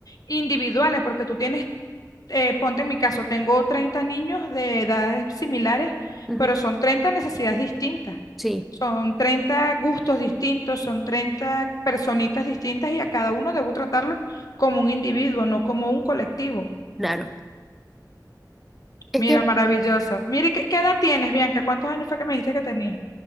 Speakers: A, on the left; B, in the centre.
A: individuales, porque tú tienes eh, ponte en mi caso, tengo 30 niños de edades similares,
B: Ujú.
A: pero son 30 necesidades distintas,
B: Sí,
A: son 30 gustos distintos, son 30 personitas distintas y a cada uno debo tratarlo como un individuo, no como un colectivo.
B: claro. Es
A: Mira,
B: que
A: maravilloso. Mire, ¿qué, qué edad tienes, Bianca? ¿Cuántos años fue que me dijiste que tenías?